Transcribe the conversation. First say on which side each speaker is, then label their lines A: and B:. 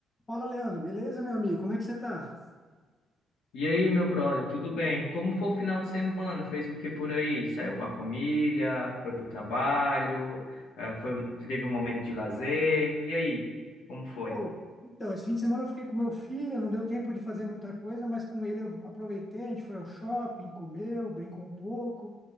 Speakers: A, on the left (about 25°); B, on the left (about 85°).
A: Fala, Leandro, beleza, meu amigo? Como é que você tá?
B: E aí, meu brother, tudo bem? Como foi o final de semana? Fez o que por aí? Saiu com a família? Foi pro trabalho? Eh, Foi, um, teve um momento de lazer? E aí, como foi?
A: Pô, então, esse fim de semana eu fiquei com meu filho, não deu tempo de fazer muita coisa, mas com ele eu aproveitei, a gente foi ao shopping, comeu, brincou um pouco,